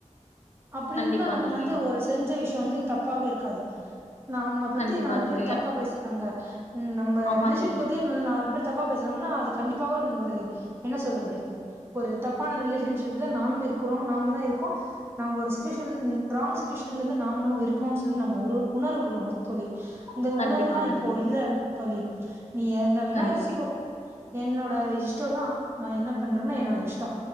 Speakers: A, on the right (about 20°); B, on the left (about 65°).
A: அப்டி
B: கண்டிப்பா
A: இருந்தா நம்ம
B: தோழி
A: வந்து ஒரு செஞ்ச விஷ்யோ வந்து தப்பாக இருக்காது நாம்ம
B: கண்டிப்பா
A: பத்தி நாலு
B: தோழி
A: பேர் தப்பா பேசுறாங்க நம்ம
B: ஆமா
A: ரிலேஷன்ஸ்
B: தோழி
A: பத் தி நாலு பேர் தப்பா பேசுறாங்கன்னா அது கண்டிப்பாக ஒரு என்ன சொல்றது ஒரு தப்பான ரிலேஷன்ஷிப் தா நானு இருக்கிறோ நாம தா இருக்கோ நம்ம ஒரு சுச்சுவேஷன் ராங் சுச்சுவேஷன்ல தான் நாமளு இருக்றோன்னு சொல்லி நம்ம ஒரு ஒரு உணர விடணு தோழி அந்த
B: கண்டிப்பா
A: உணர்வு தா
B: கண்டிப்பா
A: இப்போ இல்ல தோழி நீ என்ன வேணா
B: கண்டிப்பா
A: யோசிக்கோ என்னோட இஷ்டோ தா நா என்ன பண்றேணோ என்னோட இஷ்டோ